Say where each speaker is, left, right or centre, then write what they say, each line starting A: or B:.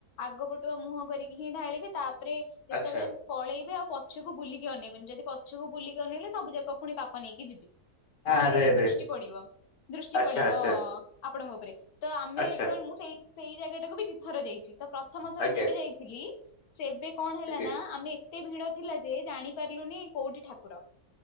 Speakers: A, on the left; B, on the left.
A: ଆଗ ପଟୁଆ ମୁହଁ କରିକି ହିଁ ଢାଳିବେ ତାପରେ ଯେତେବେଳେ
B: ଆଚ୍ଛା
A: ପଳେଇବେ ଆଉ ପଛକୁ ବୁଲିକି ଅନେଇବନି ଯଦି ପଛକୁ ବୁଲିକି ଅନେଇଲେ ସବୁଯାକ ପୁଣି ପାପ ନେଇକିଯିବି। ନହେଲେ
B: ଆରେ ଆରେ
A: ଦୃଷ୍ଟି ପଡିବ, ଦୃଷ୍ଟି
B: ଆଚ୍ଛା
A: ପଡିବ
B: ଆଚ୍ଛା
A: ଆପଣଙ୍କ ଉପରେ। ତ ଆମେ
B: ଆଚ୍ଛା
A: ଯେତେବେଳେ ମୁଁ ସେଇ ସେଇ ଜାଗାଟାକୁ ବି ଦିଇ ଥର ଯାଇଛି ତ ପ୍ରଥମ ଥର
B: ଆଜ୍ଞା
A: ଯେବେ ଯାଇଥିଲି। ସେ ଏବେ କଣ ହେଲା
B: ଆଜ୍ଞା
A: ନା ଆମେ ଏତେ ଭିଡ ଥିଲା ଯେ ଜାଣି ପାରିଲୁନି କୋଉଠି ଠାକୁର